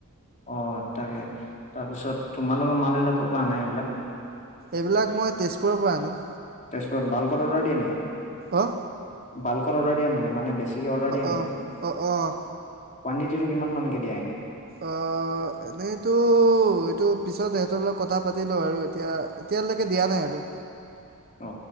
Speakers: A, on the left; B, on the right.
A: অ তাকে তাৰপিছত তোমাল লগোকৰ মাল বিলাকো পৰা নাই সেইবিলাক
B: এইবিলাক মই তেজপুৰৰ পৰা আনো
A: তাৰপিছ ভাল অৰ্ড দিয় নেকি
B: আহ
A: বালকৰ অৰ্ডাৰ দিয়াানে মানে বেছিকে অৰ্ডাৰ দিয়া নেকি
B: অঁ অঁ অঁ
A: কুৱণ্টিটিটো কিমানানক দিয়া এনে
B: অ এনেইতো এইটো পিছত সিহঁতৰ লগত কথা পাতিলো আৰু এতিয়া এতিয়ালালৈকে দিয়া নাই আৰু
A: অ